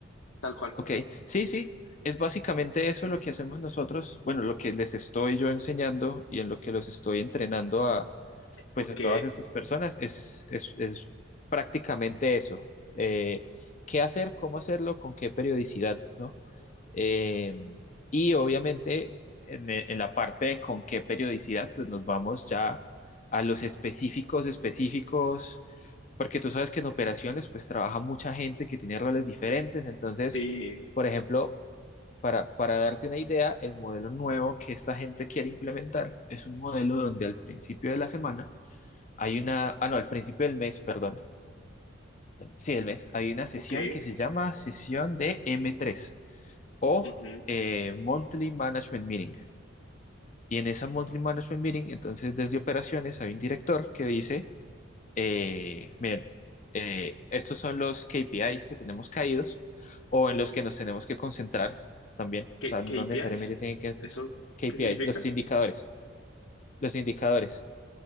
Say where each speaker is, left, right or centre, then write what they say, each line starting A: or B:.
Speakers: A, on the left; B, on the left.
A: tal cual.
B: Ok, sí, sí, es básicamente eso lo que hacemos nosotros, bueno, lo que les estoy yo enseñando y en lo que los estoy entrenando a, pues
A: Ok,
B: a todas estas personas es, es, es prácticamente eso, Eh, qué hacer, cómo hacerlo, con qué periodicidad, ¿no? Eh, y obviamente en, e- en la parte de con qué periodicidad, pues nos vamos ya a los específicos específicos porque tú sabes que en operaciones pues trabaja mucha gente que tiene roles diferentes, entonces,
A: sí,
B: por ejemplo, para, para darte una idea, el modelo nuevo que esta gente quiere implementar es un modelo donde al principio de la semana hay una, ah no, al principio del mes, perdón, sí, del mes, hay una sesión
A: ok.
B: que se llama sesión de M3 o
A: ujú.
B: eh, Monthly Management Meeting. Y en esa Monthly Management Meeting, entonces desde operaciones hay un director que dice, eh, miren, eh, estos son los KPIs que tenemos caídos o en los que nos tenemos que concentrar también.
A: ¿Qué,
B: O sea, no
A: qué
B: necesariamente
A: KPIs?
B: tienen que
A: ¿Eso
B: KPIs,
A: qué significa?
B: los indicadores. Los indicadores.